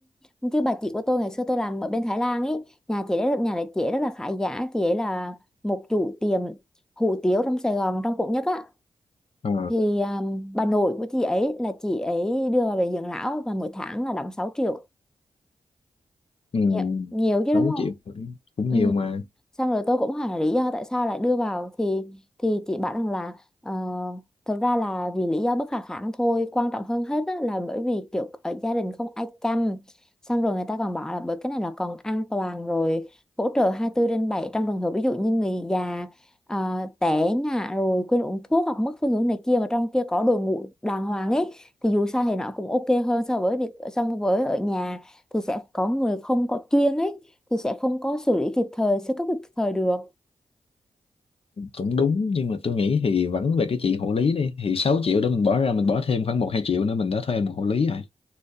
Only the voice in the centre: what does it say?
um, chứ bà chị của tôi ngày xưa tôi làm ở bên Thái Lan ấy nhà chị ấy nhà đấy chị ấy rất là khá giả chị ấy là một chủ tiệm hủ tiếu trong Sài Gòn trong quận nhất á
thì à, bà nội của chị ấy là chị ấy đưa vào bệnh dưỡng lão và mỗi tháng là đóng sáu triệu
nhiều, nhiều chứ
đúng không
ừ
xong rồi tôi cũng hỏi là lý do tại sao lại đưa vào thì thì chị bảo rằng là ờ, thực ra là vì lý do bất khả kháng thôi quan trọng hơn hết á, là bởi vì kiểu ở gia đình không ai chăm xong rồi người ta còn bảo là bởi cái này là còn an toàn rồi hỗ trợ 24 trên 7 trong trường hợp ví dụ như người già ờ, té ngã rồi quên uống thuốc hoặc mất phương hướng này kia mà trong kia có đội ngũ đàng hoàng ấy thì dù sao thì nó cũng ok hơn so với việc so với ở nhà thì sẽ có người không có chuyên ấy thì sẽ không có xử lý kịp thời sơ cấp kịp thời được